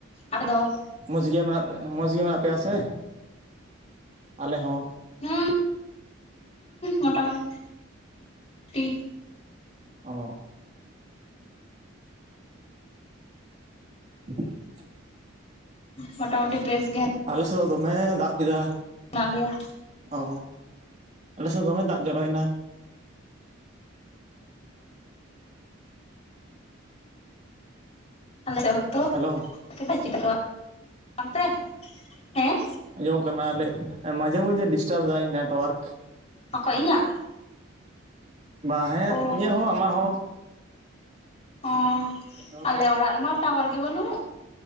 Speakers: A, on the left; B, on the right.
A: ᱟᱫᱚ
B: ᱢᱚᱡᱽ ᱜᱮ ᱢᱮᱱᱟᱜ ᱯᱮᱭᱟ ᱢᱚᱡᱽ ᱜᱮ ᱢᱮᱱᱟᱜ ᱯᱮᱭᱟ ᱥᱮ ᱟᱞᱮ ᱦᱚᱸ
A: ᱦᱩᱸ ᱢᱚᱴᱟᱢᱩᱴᱤ
B: ᱚ <inaudible>
A: ᱢᱚᱴᱟ ᱢᱩᱴᱤ ᱵᱮᱥ ᱜᱮ
B: ᱟᱞᱮ ᱥᱮᱫ ᱫᱚ ᱫᱚᱢᱮ ᱫᱟᱜ ᱠᱮᱫᱟ
A: ᱦᱮᱱᱟᱜ ᱞᱮᱭᱟ
B: ᱚ ᱟᱞᱮ ᱥᱮᱫ ᱫᱚᱢᱮ ᱫᱟᱜ ᱡᱚᱨᱚᱭ ᱱᱟ
A: ᱟᱞᱮ ᱥᱮᱫ ᱦᱚᱸᱛᱚ
B: ᱦᱮᱞᱳ
A: <unintelligible> ᱚᱱᱛᱮ ᱦᱮᱸ
B: ᱟᱸᱡᱚᱢᱚᱜ ᱠᱟᱱᱟᱞᱮ ᱢᱟᱡᱷᱮ ᱢᱚᱡᱷᱮ ᱰᱤᱥᱴᱟᱵᱽ ᱫᱟᱭ ᱱᱮᱴᱳᱣᱟᱨᱠ
A: ᱚᱠᱚᱭ ᱤᱧᱟᱹᱜ
B: ᱵᱟ ᱦᱮᱸ
A: ᱚ
B: ᱤᱧᱟᱹᱜ ᱦᱚᱸ ᱟᱢᱟᱜ ᱦᱚᱸ
A: ᱚᱸᱻ
B: ᱚ ᱴᱟᱣᱟᱨ
A: ᱟᱞᱮ ᱚᱲᱟᱜ ᱨᱮᱢᱟ ᱴᱟᱣᱟᱨ ᱜᱮ ᱵᱟᱹᱱᱩᱜ